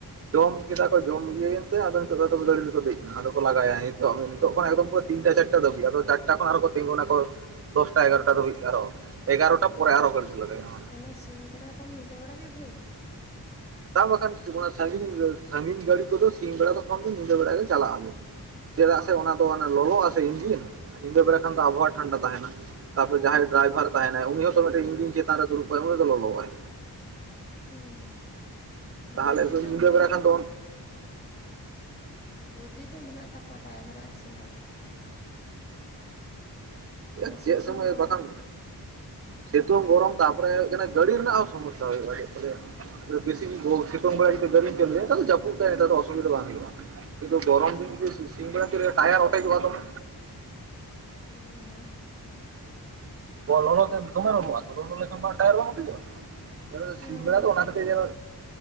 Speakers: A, on the right; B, on the left.
A: ᱡᱚᱢ ᱠᱮᱫᱟ ᱠᱚ ᱡᱚᱢ ᱤᱭᱟᱹ ᱮᱱᱛᱮ ᱟᱫᱚ ᱱᱤᱛᱚᱜ ᱫᱚ ᱜᱟᱹᱰᱤ ᱨᱮ ᱠᱚ ᱫᱮᱡ ᱮᱱᱟ ᱟᱫᱚ ᱠᱚ ᱞᱟᱜᱟᱭᱟ ᱱᱤᱛᱚᱜ ᱱᱤᱛᱚᱜ ᱠᱷᱚᱱ ᱮᱠᱚᱫᱢ ᱯᱩᱨᱟᱹ ᱛᱤᱱᱴᱟ ᱪᱟᱨᱴᱟ ᱫᱷᱟᱹᱵᱤᱡ ᱟᱫᱚ ᱪᱟᱨᱴᱟ ᱠᱷᱚᱱ ᱟᱨᱚ ᱛᱤᱜᱩ ᱱᱟᱠᱚ ᱫᱚᱥᱴᱟ ᱮᱜᱟᱨᱳᱴᱟ ᱫᱷᱟᱹᱵᱤᱡ। ᱮᱜᱟᱨᱳ ᱮᱜᱟᱨᱴᱟ ᱯᱚᱨᱮ ᱟᱨᱦᱚᱸ ᱜᱟᱹᱲᱤ ᱠᱚ ᱞᱟᱜᱟᱭᱟ।
B: ᱢᱟᱱᱮ ᱥᱤᱧ ᱵᱮᱲᱟ ᱠᱷᱚᱱ ᱧᱤᱫᱟᱹ ᱵᱮᱲᱟ ᱜᱮ ᱵᱷᱤᱲ।
A: ᱛᱟ ᱵᱟᱠᱷᱟᱱ ᱜᱚᱲᱟ ᱥᱟᱹᱜᱤᱧ ᱥᱟᱹᱜᱤᱧ ᱜᱟᱹᱲᱤ ᱠᱚ ᱫᱚ ᱥᱤᱧ ᱵᱮᱲᱟ ᱠᱷᱚᱱ ᱫᱚ ᱧᱤᱫᱟᱹ ᱵᱮᱲᱟ ᱜᱮ ᱪᱟᱞᱟᱜ-ᱟ ᱵᱮᱥᱤ᱾ ᱪᱮᱫᱟᱜ ᱥᱮ ᱚᱱᱟ ᱫᱚ ᱞᱚᱞᱚᱜ-ᱟ ᱥᱮ ᱤᱱᱡᱤᱱ ᱧᱤᱫᱟᱹ ᱵᱮᱲᱟ ᱠᱷᱟᱱ ᱫᱚ ᱟᱵᱚᱦᱣᱟ ᱴᱷᱟᱱᱰᱟ ᱛᱟᱦᱮᱸᱱᱟ। ᱛᱟᱯᱚᱨᱮ ᱡᱟᱦᱟᱸᱭ ᱰᱨᱟᱭᱵᱷᱟᱨ ᱛᱟᱦᱮᱸᱱᱟᱭ ᱩᱱᱤ ᱦᱚᱸᱛᱚ ᱢᱤᱫ ᱴᱮᱱ ᱤᱧᱡᱤᱱ ᱪᱮᱛᱟᱱ ᱨᱮ ᱫᱩᱲᱩᱵ-ᱟᱭ ᱩᱱᱤ ᱫᱚ ᱞᱚᱞᱚ-ᱟᱭ।
B: ᱦᱮᱸ
A: ᱛᱟᱦᱚᱞᱮ
B: ᱵᱳᱫᱽᱫᱷᱤ ᱫᱚ
A: ᱧᱤᱫᱟᱹ
B: ᱵᱷᱟᱜᱮ
A: ᱵᱮᱲᱟ
B: ᱜᱮᱛᱟ
A: ᱠᱷᱟᱱ ᱫᱚ
B: ᱠᱚᱣᱟ᱾ <unintelligible> ᱵᱩᱫᱽᱫᱷᱤ ᱫᱚ ᱢᱮᱱᱟᱜ ᱛᱟᱠᱚᱣᱟ ᱰᱟᱭᱵᱷᱟᱨᱟᱜ ᱦᱮᱸ ᱥᱮ ᱵᱟᱝ?
A: <inaudible> ᱪᱮᱫ
B: ᱥᱤᱛᱩᱝ
A: ᱥᱚᱢᱚᱭ
B: ᱜᱚᱨᱚᱢ
A: ᱵᱟᱠᱷᱟᱱ। ᱥᱤᱛᱩᱝ ᱜᱚᱨᱚᱢ ᱛᱟᱯᱚᱨᱮ ᱦᱩᱭᱩᱜ ᱠᱟᱱᱟ ᱜᱟᱹᱲᱤ ᱨᱮᱱᱟᱜ ᱦᱚᱸ ᱥᱚᱢᱚᱥᱥᱟ ᱦᱩᱭᱩᱜ-ᱟ ᱪᱮᱫ ᱠᱚ ᱞᱟᱹᱭᱟ। ᱵᱮᱥᱤ ᱵᱷᱳ ᱥᱤᱛᱩᱝ ᱵᱮᱲᱟ ᱡᱩᱫᱤ ᱜᱟᱹᱰᱤᱧ ᱪᱟᱹᱞᱩᱭᱟ ᱱᱮᱛᱟᱨ ᱫᱚ ᱡᱟᱹᱯᱩᱫ ᱫᱟᱭ ᱚᱥᱩᱵᱤᱫᱷᱟ ᱵᱟᱝ ᱦᱩᱭᱩᱜ-ᱟ। ᱠᱤᱱᱛᱩ ᱜᱚᱨᱚᱢ ᱫᱤᱱ
B: ᱦᱩᱸ
A: ᱜᱮ ᱥᱮ ᱥᱤᱧ ᱵᱮᱲᱟ ᱴᱟᱭᱟᱨ ᱚᱴᱮᱡᱚᱜᱼᱟ ᱫᱚᱢᱮ᱾
B: ᱦᱩᱸ
A: ᱵᱚᱞᱚᱞᱚ ᱛᱮ ᱫᱚᱢᱮ ᱞᱚᱞᱚ ᱟᱫᱚ ᱫᱚᱢᱮ ᱞᱚᱞᱚ ᱞᱮᱠᱷᱟᱱ ᱴᱟᱭᱟᱨ ᱵᱟᱝ ᱚᱴᱮᱡᱚᱜᱼᱟ? ᱮᱱ ᱦᱤᱞᱤᱜ
B: ᱦᱩᱸ
A: ᱥᱤᱧᱵᱮᱲᱟ ᱫᱚ ᱚᱱᱟ ᱠᱚᱜᱮ ᱧᱮᱞ